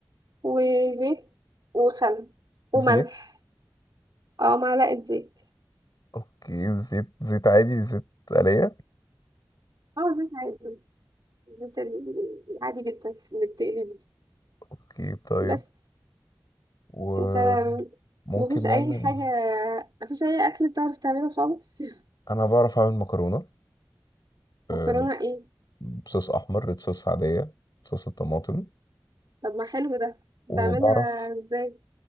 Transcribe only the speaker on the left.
زيت
اوكي زيت زيت عادي زيت آلية
اوكي طيب
وممكن
نعمل
انا بعرف اعمل مكرونة آه،
بصوص احمر ريد صوص عادية صوص الطماطم
وبعرف